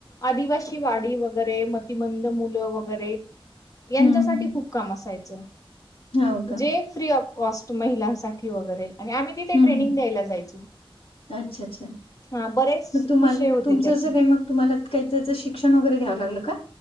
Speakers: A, on the left; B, on the left.
A: आदिवासी वाडी वगैरे मतिमंद मुलं वगैरे
B: हम्म
A: यांच्यासाठी
B: हम्म
A: खूप काम असायचं
B: हो का
A: जे फ्री ऑफ कॉस्ट महिलांसाठी वगैरे आणि आम्ही तिथे
B: हम्म
A: ट्रेनिंग द्यायला जायचो.
B: अच्छा अच्छा मग
A: हा बरेच
B: तुम्हाला
A: विषय होते
B: तुमचं
A: त्याचे
B: अस काही मग तुम्हाला काई त्याचं शिक्षण वगैरे घ्याल लागलं का.